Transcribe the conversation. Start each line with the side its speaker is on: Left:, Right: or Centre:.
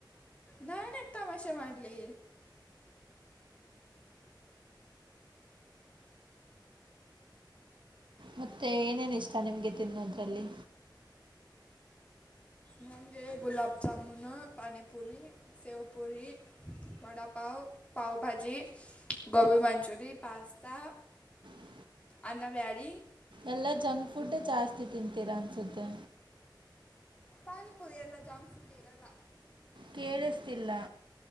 Left: ನಾನ್ಕ್ ತಮಾಷೆ ಮಾಡ್ಲಿ
Right: ಮತ್ತೆ ಏನೇನ್ ಇಷ್ಟ ನಿಮ್ಗೆ ತಿನ್ನೋದ್ರಲ್ಲಿ
Left: ನಂಗೆ ಗುಲಾಬ್ ಜಾಮೂನು ಪಾನಿಪುರಿ ಸೇವ್ ಪುರಿ ವಡಾ ಪಾವ ಪಾವಭಾಜಿ ಗೋಬಿ ಮಂಚುರಿ ಪಸ್ಾ
Right: ಹ
Left: ಅನ್ನ ಬ್ಯಾಡಿ
Right: ಎಲ್ಲಾ ಜಂಕ್ ಫುಡ್ೇ ಜಾಸ್ತಿ ತಿಂತೀರಾ ಅನ್ಸುತ್ತೆ
Left: ಪಾನಿಪುರಿ ಎಲ್ಲ ಜಂಕ್ ಫುಡ್ ಇದೆಲ್ಲ
Right: ಕೇಳಿಸ್ತಿಿಲ್ಲ